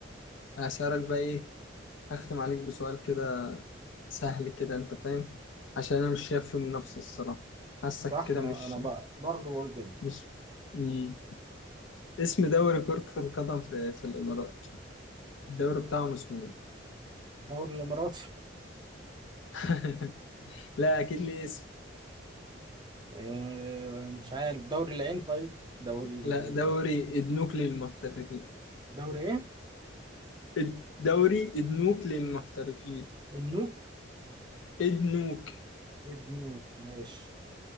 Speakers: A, on the left; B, on the right.
A: هسألك بقى إيه هختم عليك بسؤال كده سهل كده أنت فاهم عشان أنا مش شايف فيه منافسة الصراحة حاسك
B: صح
A: كده
B: انا
A: مش
B: انا بقى برضه بقول كده
A: مش مم. اسم دوري كرة القدم في, في الإمارات الدوري بتاعهم اسمه
B: الدوري الاماراتي
A: إيه؟ <laughs> لا أكيد ليه اسم
B: آه، مش عارف دوري العين طيب دوري ال-
A: لا دوري النوكلي للمحترفين
B: دوري ايه
A: الدوري ادنوك للمحترفين
B: النوك
A: ادنوك
B: النوك ماشي